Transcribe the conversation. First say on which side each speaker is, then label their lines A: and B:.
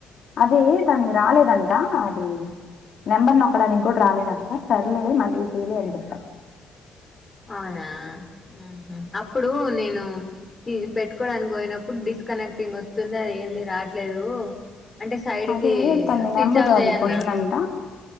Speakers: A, on the left; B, on the left.
A: అదే తన్ని రాలేదంటా అది నెంబర్ నొక్కడానికి కూడా రాలేదంతా సర్లే మళ్ళీ చూ లే అని చెప్పా
B: అవునా ఉహూ అప్పుడు నేను ది పెట్టుకోవడానికి పోయినప్పుడు డిస్కనెక్టింగ్ వస్తుంది, అది ఏంది రావట్లేదు. అంటే సైడ్
A: అదే
B: కి
A: తనది
B: స్విచ్
A: నెంబర్
B: ఆఫ్
A: అది
B: చేయన్న
A: పోయిందంట